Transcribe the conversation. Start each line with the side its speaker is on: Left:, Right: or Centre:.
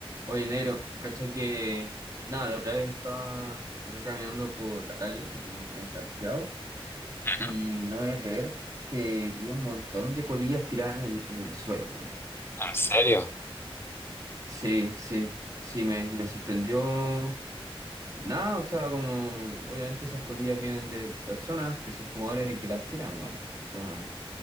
Right: Oye, negro, cacha que. Nada, la otra vez estaba acá caminando por la calle en, en Santiago
Left: Ujú.
Right: y no me voy a creer que vi un montón de colillas tiradas en el, en el suelo, weón.
Left: ¿En serio?
Right: Sí, sí, sí, me, me sorprendió. Nada, o sea, como. Obviamente esas colillas vienen de personas que son fumadores y que las tiran, weón. O sea.